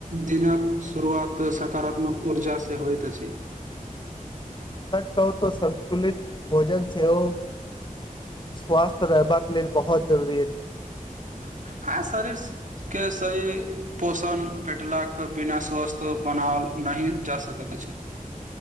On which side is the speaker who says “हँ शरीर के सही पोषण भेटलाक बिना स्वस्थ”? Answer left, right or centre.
Right